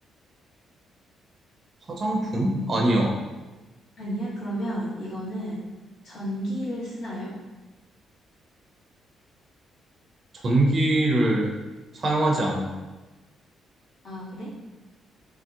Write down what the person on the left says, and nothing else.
아니야. 그러면 이거는 전기를 쓰나요?
아, 그래?